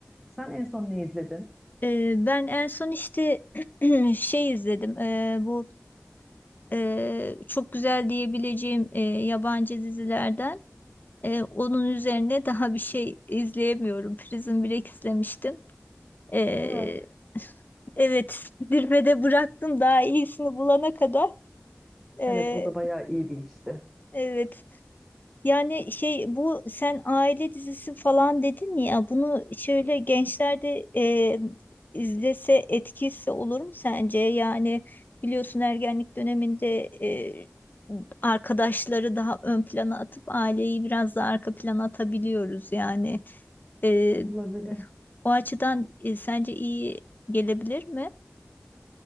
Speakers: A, in the centre; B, on the left.
A: Sen en son ne izledin?
B: E, ben en son işte <clears throat> şey izledim. E, bu e, çok güzel diyebileceğim e, yabancı dizilerden. E, onun üzerine daha bir şey izleyemiyorum. Prison Break izlemiştim. Ee,
A: Aa.
B: <laughs> evet, zirvede bıraktım daha iyisini bulana kadar. Ee,
A: Evet o da bayağı iyi bir işti.
B: evet. Yani şey bu sen aile dizisi falan dedin ya bunu şöyle gençlerde e, izlese etkisi olur mu sence? Yani biliyorsun ergenlik döneminde e, arkadaşları daha ön plana atıp aileyi biraz daha arka plana atabiliyoruz yani. Ee,
A: Olabilir.
B: o açıdan e, sence iyi gelebilir mi?